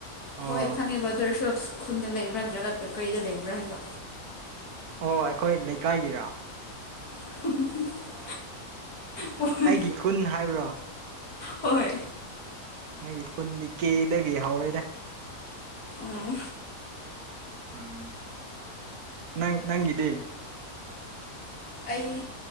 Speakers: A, on the right (about 80°); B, on the left (about 85°).
A: ꯑꯣ
B: ꯍꯣꯏ ꯈꯪꯉꯦꯕ ꯑꯗꯨꯑꯣꯏꯔꯁꯨ ꯈꯨꯟꯗ ꯂꯩꯕ꯭ꯔꯥ ꯅꯠꯇ꯭ꯔꯒ ꯀ ꯀꯩꯗ ꯂꯩꯕ꯭ꯔ ꯍꯥꯏꯕ꯫
A: ꯑꯣ ꯑꯩꯈꯣꯏ ꯂꯩꯀꯥꯏꯒꯤꯔꯥ
B: <unintelligible> ꯍꯣꯏ
A: ꯑꯩꯒꯤ ꯈꯨꯟ ꯍꯥꯏꯕ꯭ꯔꯣ
B: ꯍꯣꯏ
A: ꯃꯥꯒꯤ ꯈꯨꯟꯗꯤ ꯀꯦꯗꯒꯤ ꯍꯧꯔꯦꯗ
B: ꯎꯝ
A: ꯎꯝ ꯅꯪ ꯅꯪꯒꯤꯗꯤ꯫
B: ꯑꯩ